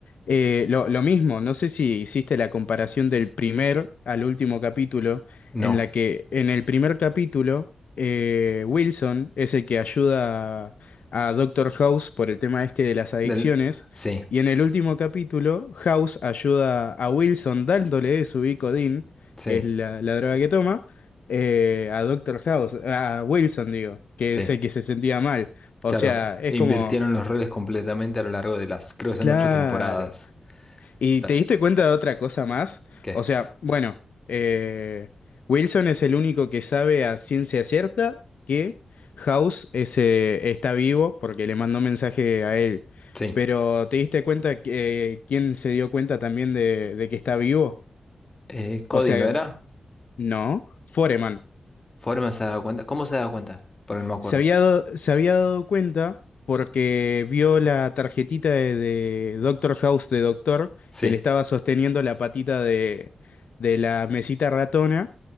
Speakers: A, on the left; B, on the left.
A: Eh, lo, lo mismo, no sé si hiciste la comparación del primer al último capítulo,
B: No,
A: en la que en el primer capítulo eh, Wilson es el que ayuda a, a Doctor House por el tema este de las adicciones,
B: del, sí,
A: y en el último capítulo House ayuda a Wilson dándole su Vicodin,
B: sí,
A: que es la la droga que toma eh, a Doctor House, a Wilson, digo, que
B: sí,
A: es el que se sentía mal. O
B: claro,
A: sea, es
B: e invirtieron
A: como,
B: los roles completamente a lo largo de las, creo que son
A: claro.
B: ocho temporadas.
A: ¿Y
B: La-
A: te diste cuenta de otra cosa más?
B: ¿Qué?
A: O sea, bueno, eh, Wilson es el único que sabe a ciencia cierta que House es, eh, está vivo porque le mandó mensaje a él.
B: Sí.
A: Pero ¿te diste cuenta que, eh, quién se dio cuenta también de, de que está vivo?
B: Eh, Cody,
A: O sea,
B: ¿no era?
A: no, Foreman.
B: Foreman se ha dado cuenta? ¿Cómo se ha dado cuenta? Por no me acuerdo.
A: Se había, dado- se había dado cuenta porque vio la tarjetita de, de Doctor House de Doctor
B: Sí.
A: que le estaba sosteniendo la patita de, de la mesita ratona.